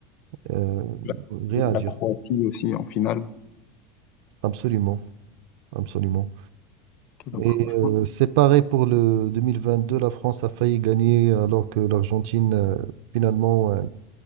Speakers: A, on the right; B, on the left.
A: euh,
B: La,
A: rien
B: la
A: à dire.
B: Croatie aussi en finale.
A: Absolument. Absolument.
B: Donc
A: Et
B: franchement,
A: euh, c'est pareil pour le 2022. La France a failli gagner alors que l'Argentine, euh, finalement, euh,